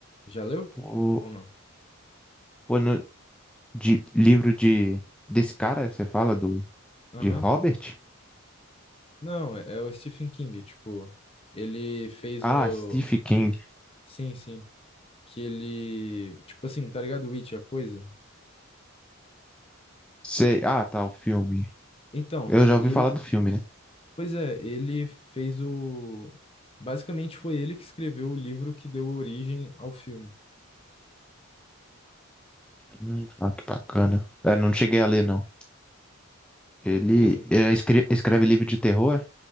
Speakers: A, on the left; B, in the centre.
A: já leu?
B: Pô,
A: Ou não?
B: pô, no- de livro de desse cara, você fala do
A: Aham.
B: de Robert?
A: Não, é, é o Stephen King, tipo, ele fez
B: Ah,
A: o...
B: Stephen King.
A: Sim, sim. Que ele... Tipo assim, tá ligado? It, a coisa?
B: Sei, ah, tá, o filme.
A: Então,
B: Eu já
A: ele,
B: ouvi falar do filme,
A: Pois é, ele fez o. Basicamente foi ele que escreveu o livro que deu origem ao filme.
B: Hum, Ah, que bacana. É, não cheguei a ler, não. Ele
A: Pois é.
B: é, escre- escreve livro de terror?